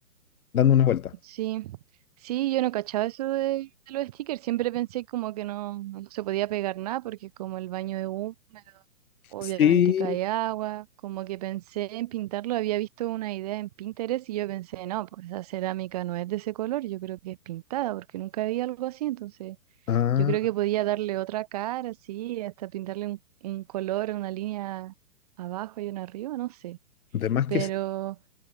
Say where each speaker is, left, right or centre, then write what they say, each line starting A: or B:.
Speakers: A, on the left (about 75°); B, on the right (about 25°).
A: dando una vuelta.
B: Sí, sí, yo no cachaba eso de, de los stickers, siempre pensé como que no, no se podía pegar nada porque como el baño es húmedo, obviamente
A: Sí,
B: cae agua, como que pensé en pintarlo, había visto una idea en Pinterest y yo pensé, no, pues esa cerámica no es de ese color, yo creo que es pintada porque nunca vi algo así, entonces
A: ah,
B: yo creo que podía darle otra cara, sí, hasta pintarle un, un color, una línea abajo y una arriba, no sé,
A: de más
B: pero...
A: que sí.